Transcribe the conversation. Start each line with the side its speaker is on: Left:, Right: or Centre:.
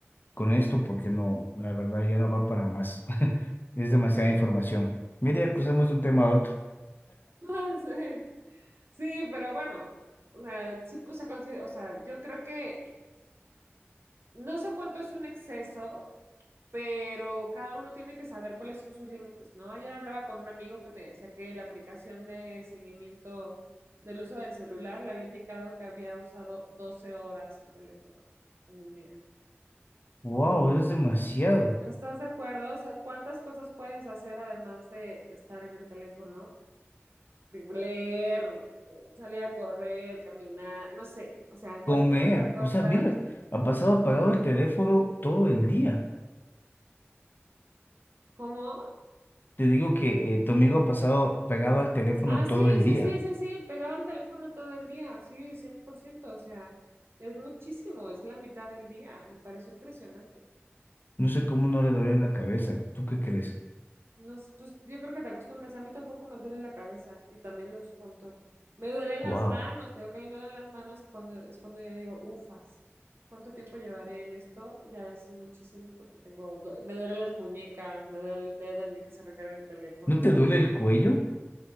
Left: con esto porque no, la verdad ya no va para más. <laughs> Es demasiada información. Mira, ya cruzamos de un tema a otro.
Right: <laughs> Sí, sí, pero bueno, o sea, sí, pues, se consider- o sea, yo creo que no sé cuánto es un exceso, pero cada uno tiene que saber cuáles son sus límites, ¿no? Ayer hablaba con un amigo que me decía que la aplicación de seguimiento del uso del celular le había indicado que había usado 12 horas el teléfono en un día.
Left: Wow, eso es demasiado.
Right: ¿Estás de acuerdo? O sea, ¿cuántas cosas puedes hacer además de, de estar en el teléfono? De Leer, salir a correr, caminar, no sé, o sea, cualquier
Left: Comer.
Right: otra cosa.
Left: O sea, mira, ha pasado apagado el teléfono todo el día.
Right: ¿Cómo?
Left: Te digo que eh, tu amigo ha pasado pegado al teléfono
Right: Ah, sí,
Left: todo el
Right: sí,
Left: día.
Right: sí, sí, sí, pegado al teléfono todo el día, sí, cien por ciento o sea, es muchísimo, es la mitad del día, me pareció impresionante.
Left: No sé cómo no le duele la cabeza. ¿Tú qué crees?
Right: Nos, pues yo creo que te acostumbras, a mí tampoco me duele la cabeza y también lo uso un montón. Me duelen las
Left: Wow.
Right: manos, te digo que a mí me duelen las manos cuando es cuando ya digo, ufas, ¿cuánto tiempo llevaré en esto? Ya es muchísimo porque tengo, do- me duelen las muñecas, me duele el dedo en el que se recarga el teléfono,
Left: ¿No te duele
Right: sí,
Left: el cuello?